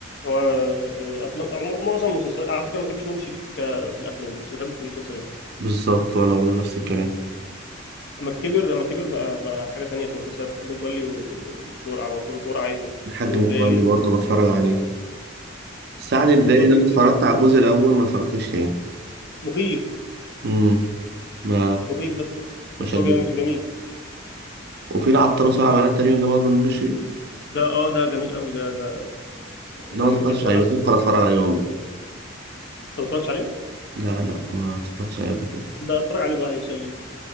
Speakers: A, on the left; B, on the right.
A: هو آه، افلام م- معظم المسلسلات على فكره ما بحبش نور الشريف ك... في الافلام بس بحبه في المسلسلات
B: بالظبط وانا برضه نفس الكلام
A: اما كبر اما كبر بقى بقى حاجه تانية في المسلسلات الحاج متولي والبرع وفور البرعي و...
B: الحاج
A: والدالي
B: متولي برضه
A: والحاج
B: بتفرج عليه السعد الدالي
A: متولي
B: ده
A: بيجي
B: أنا
A: كل
B: اتفرجت
A: شويه
B: على الجزء الاول ما اتفرجتش تاني
A: مخيف
B: امم ما
A: مخيف بس هو-
B: ما
A: بس
B: شدني
A: هو جامي- جميل
B: وفي العطار وسبع بنات تقريبا ده برضه نور الشريف
A: ده اه ده جميل قوي ده ده
B: ده
A: ده
B: ما
A: من
B: اتفرجتش
A: يعتبر
B: عليه
A: من احسن
B: بفكر اتفرج
A: انت
B: عليه والله
A: ما اتفرجتش عليه؟
B: لا لا ما اتفرجتش عليه قبل كده
A: لا اتفرج عليه بقى هيسليك